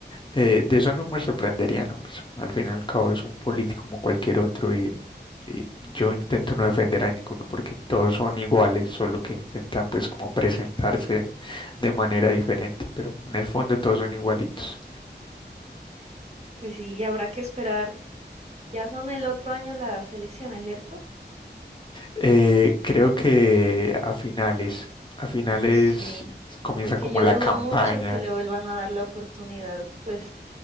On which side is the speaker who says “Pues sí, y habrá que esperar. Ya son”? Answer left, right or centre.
Right